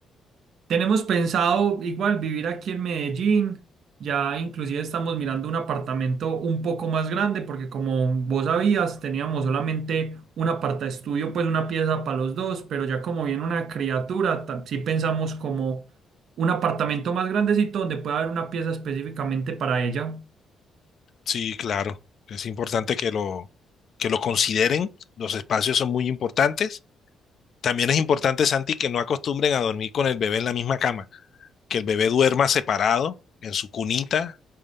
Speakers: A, on the right; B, on the left.
A: Tenemos pensado igual vivir aquí en Medellín. Ya inclusive estamos mirando un apartamento un poco más grande porque como vos sabías, teníamos solamente un aparta estudio, pues una pieza para los dos, pero ya como viene una criatura, ta- sí pensamos como un apartamento más grandecito donde pueda haber una pieza específicamente para ella.
B: Sí, claro, es importante que lo, que lo consideren, los espacios son muy importantes. También es importante, Santi, que no acostumbren a dormir con el bebé en la misma cama, que el bebé duerma separado en su cunita